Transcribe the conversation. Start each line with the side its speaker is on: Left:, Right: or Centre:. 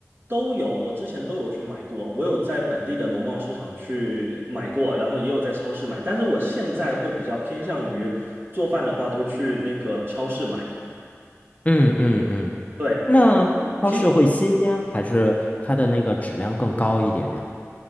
Right: 都有，我之前都有去买过，我有在本地的农贸市场去买过，然后也有在超市买，但是我现在会比较偏向于做饭的话，都去那个超市买。
Left: 嗯嗯嗯，
Right: 对，
Left: 那超市会新鲜，
Right: 其实
Left: 还是它的那个质量更高一点呀？